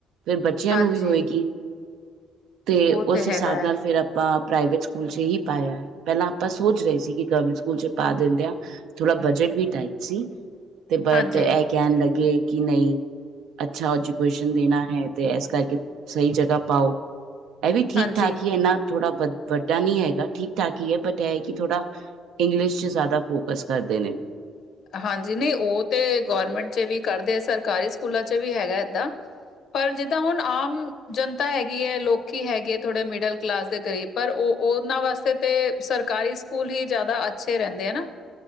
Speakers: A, on the right; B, on the left.
A: ਫਿਰ ਬੱਚਿਆਂ
B: ਹਾਂਜੀ
A: ਨੂੰ ਵੀ ਹੋਏਗੀ, ਤੇ
B: ਉਹ
A: ਉਸ
B: ਹੈਗਾ
A: ਹਿਸਾਬ ਨਾਲ
B: ਹੈ
A: ਫਿਰ ਆ ਆਪਾਂ ਪ੍ਰਾਈਵੇਟ ਸਕੂਲ ਚ ਹੀ ਪਾਇਆ, ਪਹਿਲਾਂ ਆਪਾਂ ਸੋਚ ਰਹੇ ਸੀ ਕਿ ਗਵਰਮੈਂਟ ਸਕੂਲ ਚ ਪਾ ਦਿੰਦੇ ਆਂ। ਥੋੜ੍ਹਾ ਬਜਟ ਵੀ ਟਾਈਟ ਸੀ, ਤੇ ਬਟ
B: ਹਾਂਜੀ
A: ਇਹ ਕਹਿਣ ਲੱਗੇ ਕਿ ਨਹੀਂ। ਅੱਛਾ ਐਜੂਕੇਸ਼ਨ ਦੇਣਾ ਹੈ, ਤੇ ਇਸ ਕਰਕੇ ਸਹੀ ਜਗ੍ਹਾ ਪਾਓ। ਇਹ ਵੀ ਠੀਕ
B: ਹਾਂਜੀ
A: ਠਾਕ ਹੀ ਇੰਨਾ ਥੋੜਾ ਵ ਵੱਡਾ ਨੀ ਹੈਗਾ, ਠੀਕ ਠਾਕ ਹੀ ਐ ਬਟ ਐਹ ਕਿ ਥੋੜਾ ਇੰਗਲਿਸ਼ ਚ ਜ਼ਿਆਦਾ ਫੋਕਸ ਕਰਦੇ ਨੇ।
B: ਹਾਂਜੀ ਨਹੀਂ ਉਹ ਤੇ ਗੌਰਮੈਂਟ ਚ ਵੀ ਕਰਦੇ, ਸਰਕਾਰੀ ਸਕੂਲਾਂ ਚ ਵੀ ਹੈਗਾ ਏਦਾਂ। ਪਰ ਜਿੱਦਾਂ ਹੁਣ ਆਮ ਜਨਤਾ ਹੈਗੀ ਐ, ਲੋਕੀ ਹੈਗੇ ਏ ਥੋੜੇ ਮਿਡਲ ਕਲਾਸ ਦੇ ਕਰੀਬ ਪਰ ਉਹ ਉਹਨਾਂ ਵਾਸਤੇ ਤੇ ਸਰਕਾਰੀ ਸਕੂਲ ਹੀ ਜ਼ਿਆਦਾ ਅੱਛੇ ਰਹਿੰਦੇ ਆ ਨਾ।